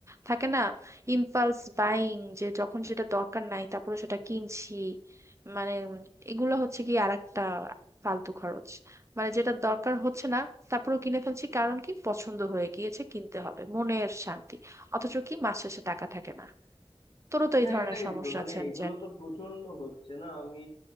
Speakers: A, on the right; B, on the left.
A: থাকে না ইম্পালস বাইং যে যখন সেটা দরকার নাই তারপর সেটা কিনছি মানে এগুলো হচ্ছে কি আরেকটা ফালতু খরচ মানে যেটা দরকার হচ্ছে না তারপরও কিনে ফেলছি কারণ কি পছন্দ হয়ে গিয়েছে কিনতে হবে মনের শান্তি অথচ কি মাস শেষে টাকা থাকে না তোরও তো
B: হ্যাঁ
A: এই ধরনের
B: এটাই
A: সমস্যা
B: তো মানে
A: আছে আমি
B: এগুলো
A: জানি
B: তো প্রচন্ড হচ্ছে না আমি